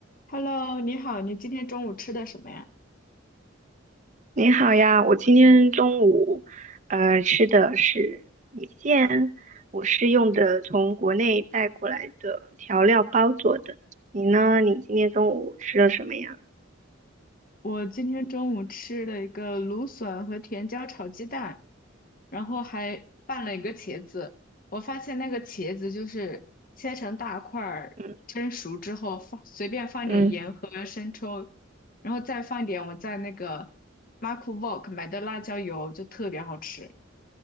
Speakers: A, on the left; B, on the right.
A: Hello，你好，你今天中午吃的什么呀？
B: 你好呀，我今天中午，呃，吃的是米线，我是用的从国内带过来的调料包做的。你呢？你今天中午吃了什么呀？
A: 我今天中午吃了一个芦笋和甜椒炒鸡蛋，然后还拌了一个茄子。我发现那个茄子就是切成大块儿，
B: 嗯
A: 蒸熟之后放随便放点盐和生抽，
B: 嗯，
A: 然后再放点我在那个 m a r k w a l k 买的辣椒油，就特别好吃。